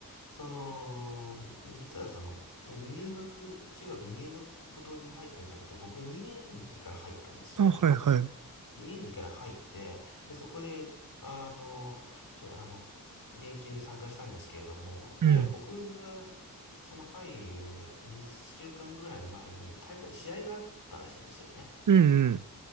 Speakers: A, on the left (about 70°); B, on the right (about 60°).
A: その、実はその、入学、中学入学と同時に入ったんじゃなくて、僕2年次から入ったんですよね。
B: あ、はい、はい。
A: 2年次から入って、で、そこで、あの、ちょ、あの、練習に参加したんですけれども、どうやら僕が、
B: うん。
A: その入る2週間ぐらい前に大会、試合があったらしいんですよね。
B: うん、うん。